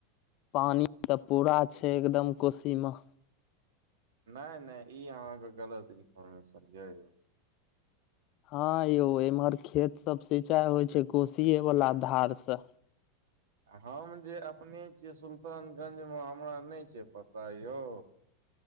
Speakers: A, on the left; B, on the right.
A: पानी तऽ पूरा छै एकदम कोशी मऽ।
B: नहि-नहि ई अहाँके गलत इन्फोर्मेशन य यौ।
A: हँ यौ एम्हर खेत सब सिंचाई होइ छै, कोशीे वाला धार सऽ।
B: <inaudible> हम जे अपने छियै सुल्तानगंज मऽ हमरा नहि छै पता यौ।